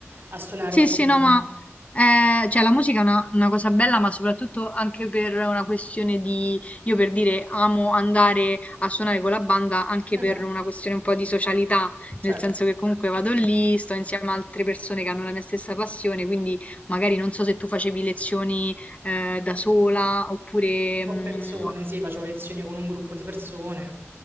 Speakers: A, on the right; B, on the left.
A: a suonare
B: Sì,
A: un pochino.
B: sì, no, ma eh, cioè, la musica è una, una cosa bella, ma soprattutto anche per una questione di, io per dire, amo andare a suonare con la banda anche
A: Mhm,
B: per una questione un po' di socialità, nel
A: Certo,
B: senso che comunque vado lì, sto insieme a altre persone che hanno la mia stessa passione, quindi magari non so se tu facevi lezioni eh, da sola oppure...
A: con
B: mm,
A: persone, sì, facevo lezioni con un gruppo di persone.